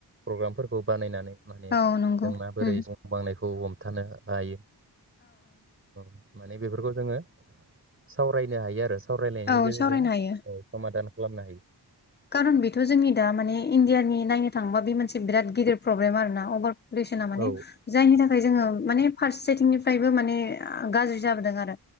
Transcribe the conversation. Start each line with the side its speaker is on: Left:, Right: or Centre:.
Right: प्रग्रामफोरखौ बानायनानै माने
Left: औ नंगौ
Right: जोंना बोरै
Left: उम
Right: <unintelligible> बांनायखौ। खौ हमथानो हायो। औ माने बेफोरखौ जोङो सावरायनो हायो आरो। सावरायनायनि
Left: औ
Right: गेजेरजों
Left: सावरायनो हायो
Right: औ समादान खालामनो हायो।
Left: खारन बेथ' जोंनि दा माने इण्डियानि नायनो थाङोबा बे मोनसे बिराद गिदिर प्रब्लेम आर ना अभार पलिउसना माने
Right: औ
Left: जायनि थाखाय जोङो माने फारसेथिंनिफ्रायबो माने गाज्रि जाबोदों आरो।